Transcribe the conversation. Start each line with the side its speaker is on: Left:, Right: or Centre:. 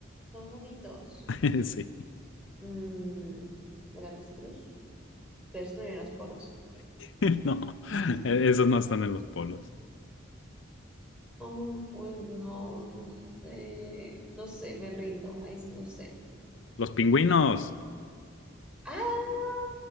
Centre: Son bonitos.
Left: <laughs> Sí,
Centre: Mm, el avestruz, pero eso no lleva los polos.
Left: <laughs> no,
Centre: <laughs>
Left: e- esos no están en los polos.
Centre: Oh, pues no sé, no sé, me rindo, ahí sí no sé.
Left: Los pingüinos,
Centre: ¡Ah!